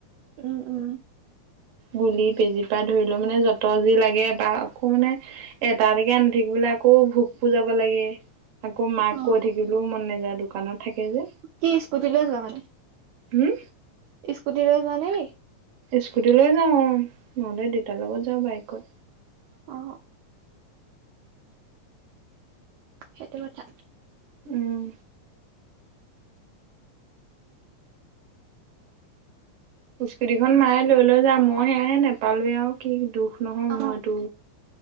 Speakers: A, on the right (about 80°); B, on the right (about 65°).
A: উম উম।
B: গুলি বেজীৰ পৰা ধৰিল মানে য'ত যি লাগে বা আকৌ মানে এটা এটাকে আনি থাকিবলৈ আকৌ ভোক পুৰ যাব লাগে। আকৌ মাক
A: অ
B: কৈ থাকিবলৈও মন নাযায় দোকানত থাকে যে।
A: কি স্কুটি লৈ যোৱা মানে।
B: হুম।
A: স্কুটি লৈ যোৱা নেকি।
B: স্কুটি লৈ যাওঁ উম নহ'লে দেউতা লগত যাওঁ বাইকত।
A: অ। সেইটো কথা।
B: উম। স্কুটিখন মায়ে লৈ লৈ যায় মই সেয়াহে নেপালোঁৱে আৰু। কি দুখ নহয়
A: অ
B: মোৰ এইটো